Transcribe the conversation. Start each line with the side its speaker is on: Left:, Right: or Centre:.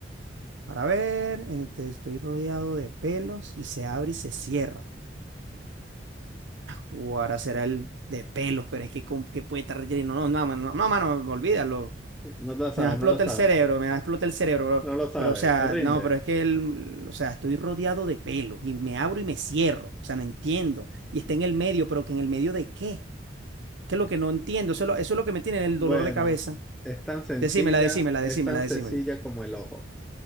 Right: Para ver, este, estoy rodeado de pelos y se abre y se cierra. O ahora será el de pelos, pero es que, ¿con qué puede estar relleno? No, no, mano, no, mano, olvídalo.
Centre: No lo sabes,
Right: Me va a explotar
Centre: no lo sabes.
Right: el cerebro, me va a explotar el cerebro, bro.
Centre: No lo sabes,
Right: Pero, o sea,
Centre: te rinde.
Right: no, pero es que, el- o sea, estoy rodeado de pelos y me abro y me cierro. O sea, no entiendo. Y está en el medio, pero ¿que en el medio de qué? ¿Qué es lo que no entiendo? Eso es lo, eso es lo que me tiene el
Centre: Bueno,
Right: dolor de cabeza.
Centre: es tan sencilla,
Right: Decímela, decímela,
Centre: es
Right: decímela,
Centre: tan
Right: decímela.
Centre: sencilla como el ojo.